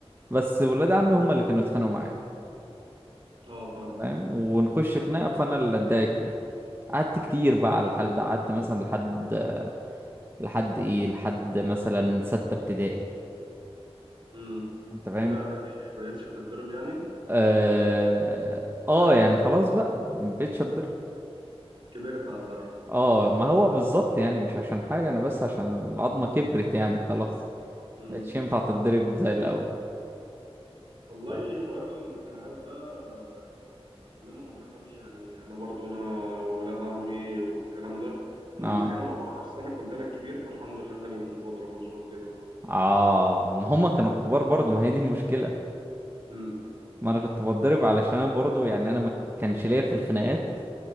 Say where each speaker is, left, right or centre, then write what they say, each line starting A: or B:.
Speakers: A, on the right; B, on the right.
A: بس ولاد عمي هم اللي كانوا يتخانقوا معايا
B: اه فاهم
A: انت فاهم ونخش خناقة فانا اللي اتضايق فيها قعدت كتير بقى على الحال ده قعدت مثلا لحد لحد ايه لحد مثلا ستة ابتدائي
B: امم
A: انت فاهم
B: اولى اعدادي بقيتش تتضرب يعني
A: اه, آه يعني خلاص بقى مبقتش اتضرب
B: كبرت على الضرب
A: اه ما هو بالظبط يعني مش عشان حاجة انا بس عشان العظمة كبرت يعني خلاص
B: امم
A: مبقتش ينفع تتضرب زي الاول
B: والله
A: و-
B: حوار الخناقات ده آه، كلنا مرينا بيه يعني انا برضو انا ولاد عمي والكلام ده كنا
A: اه
B: بنتخانق مع بعض بس انا كنت انا الكبير فالحمد لله انا اللي كنت بضرب مش بتضرب
A: اه ما هما كانوا كبار برضه ما هي دي المشكلة
B: امم
A: ما انا كنت بتضرب علشان انا برضه يعني انا ما كانش ليا في الخناقات